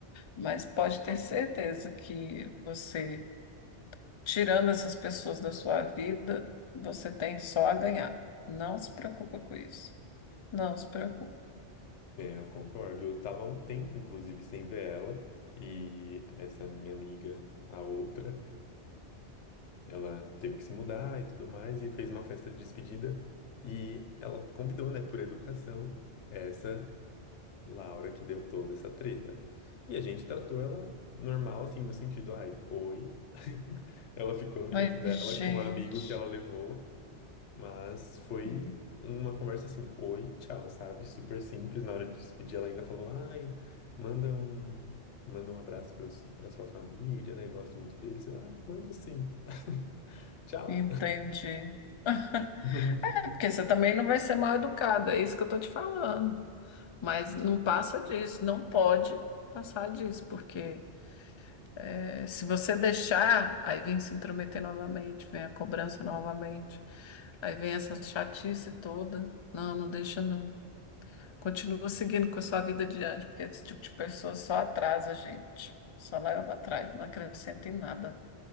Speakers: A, on the left (about 50°); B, on the left (about 85°).
A: Mas pode ter certeza que você, tirando essas pessoas da sua vida, você tem só a ganhar. Não se preocupa com isso. Não se preocupe.
B: É, eu concordo. Eu tava há um tempo, inclusive, sem ver ela. E essa minha amiga, a outra, ela teve que se mudar e tudo mais, e fez uma festa de despedida. E ela convidou, né, por educação, essa Laura que deu toda essa treta. E a gente tratou ela normal, assim, no sentido, ai, oi. <laughs> Ela ficou no
A: Mas,
B: canto dela
A: gente.
B: com um amigo que ela levou, mas foi
A: hum.
B: uma conversa assim, oi, tchau, sabe? Super simples. Na hora de despedir, ela ainda falou, ai, manda um, manda um abraço para para sua família, né? Gosto muito deles. Eu, ah, mando sim. <laughs> Tchau.
A: Entendi. <laughs>
B: <laughs>
A: É, porque você também não vai ser mal educada, é isso que eu tô te falando. Mas não passa disso, não pode passar disso, porque é, se você deixar, aí vem se intrometer novamente, vem a cobrança novamente, aí vem essa chatice toda. Não, não deixa não. Continua seguindo com a sua vida adiante, porque esse tipo de pessoa só atrasa a gente, só leva para trás, não acrescenta em nada.